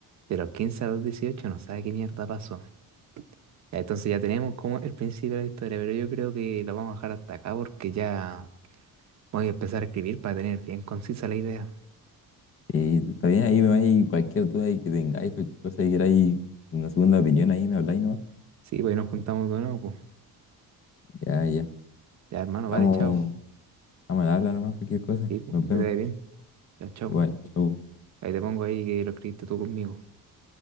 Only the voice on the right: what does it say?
de los 15 a los 18 no sabe qué mierda pasó. Ya, Entonces ya tenemos como el principio de la historia, pero yo creo que lo vamos a dejar hasta acá porque ya voy a empezar a escribir para tener bien concisa la idea.
Sí, pues ahí nos juntamos de nuevo, pues.
Ya, hermano,
vale, chao.
Sí, pues,
que
te vaya bien. Ya, chao.
Ahí te pongo ahí que lo escribiste tú conmigo.